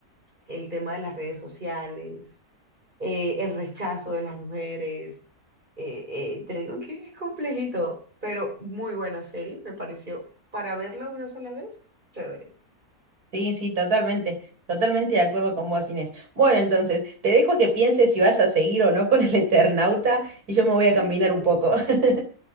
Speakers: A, on the right; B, on the right.
A: el tema de las redes sociales, eh, el rechazo de las mujeres. Eh, eh, te digo que es complejito, pero muy buena serie, me pareció. Para verla una sola vez, chévere.
B: Sí, sí, totalmente, totalmente de acuerdo con vos, Inés. Bueno, entonces, te dejo a que pienses si vas a seguir o no con el Eternauta y yo me
A: <laughs>
B: voy a caminar un poco. <laughs>